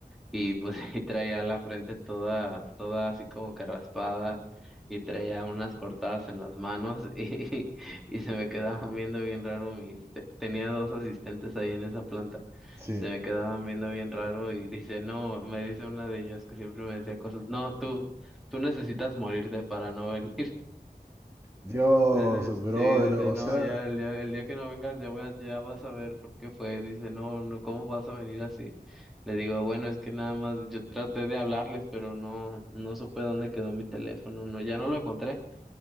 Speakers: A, in the centre; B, on the right.
A: y pues <laughs> y traía la frente toda, toda así como que raspada y traía unas cortadas en las manos <laughs> y, y se me quedaban viendo bien raro mis, te- tenía dos asistentes ahí en esa planta,
B: Sí.
A: se me quedaban viendo bien raro y dice, no, me dice una de ellas que siempre me decía cosas, no, tú, tú necesitas morirte para no venir.
B: Dios,
A: Dice-
B: brother,
A: sí, dice,
B: o
A: no,
B: sea,
A: ya el día, el día que no vengas ya voy a- ya vas a ver por qué fue. Dice, no, no, ¿cómo vas a venir así? Le digo, bueno, es que nada más yo traté de hablarles, pero no, no supe dónde quedó mi teléfono, no, ya no lo encontré